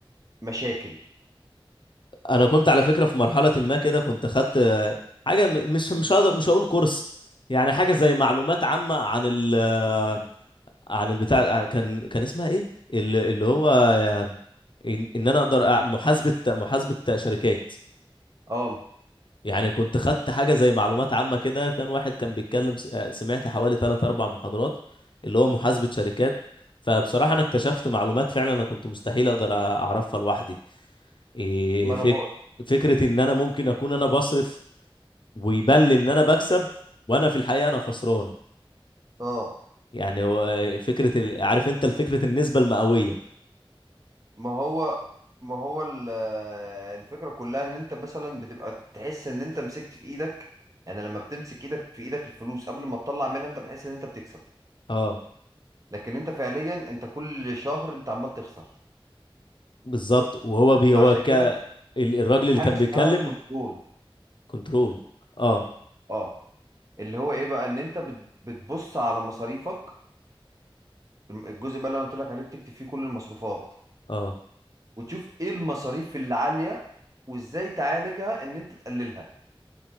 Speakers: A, on the right; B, on the left.
A: مشاكل
B: انا كنت على فكره في مرحله ما كده كنت خدت آه، حاجه م- مش مش هقدر مش هقول كورس يعني حاجه زي معلومات عامه عن ال آه، عن البتاع آه، كان كان اسمها ايه ال- اللي هو آه، ان إن انا اقدر أع- محاسبه محاسبه شركات
A: اه
B: يعني كنت خدت حاجة زي معلومات عامة كده كان واحد كان بيتكلم س- آه، سمعت حوالي ثلاث أربع محاضرات اللي هو محاسبة شركات فبصراحة أنا اكتشفت معلومات فعلا أنا كنت مستحيل أقدر أ- أعرفها لوحدي إيه
A: ما
B: فك...
A: انا بقول
B: فكرة إن أنا ممكن أكون أنا بصرف ويبان لي إن أنا بكسب وأنا في الحقيقة أنا خسران
A: اه
B: يعني هو آه، فكرة ال... عارف أنت الفكرة النسبة المئوية
A: ما هو ما هو ال- الفكره كلها ان انت مثلا بتبقى تحس ان انت مسكت في ايدك يعني لما بتمسك ايدك في ايدك الفلوس قبل ما تطلع منها انت بتحس ان انت بتكسب
B: اه
A: لكن انت فعليا انت كل شهر انت عمال تخسر
B: بالظبط وهو بي
A: ما
B: هو
A: عشان
B: ك...
A: كده
B: ال- الراجل
A: في
B: اللي
A: حاجه
B: كان
A: اسمها
B: بيتكلم
A: الكنترول
B: كنترول اه
A: اه اللي هو ايه بقى ان انت بت- بتبص على مصاريفك الم- الجزء بقى اللي انا قلت لك عليه بتكتب فيه كل المصروفات
B: اه
A: وتشوف ايه المصاريف اللي عاليه وازاي تعالجها ان انت تقللها